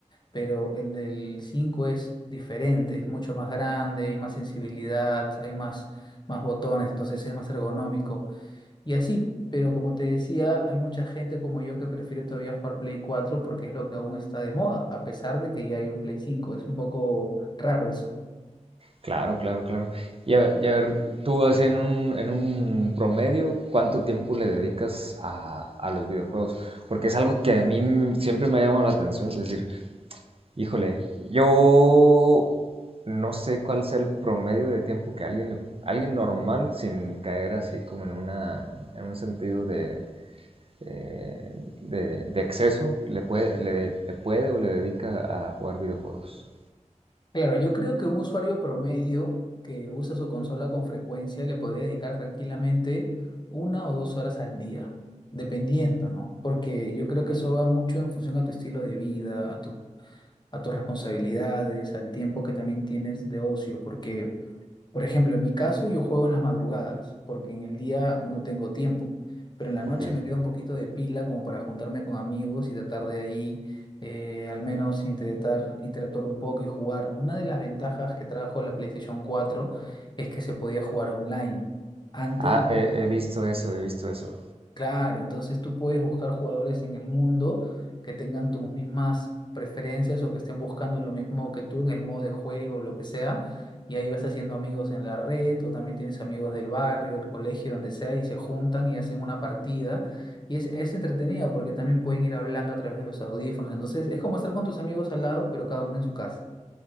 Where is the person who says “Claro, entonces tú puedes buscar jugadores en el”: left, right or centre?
Left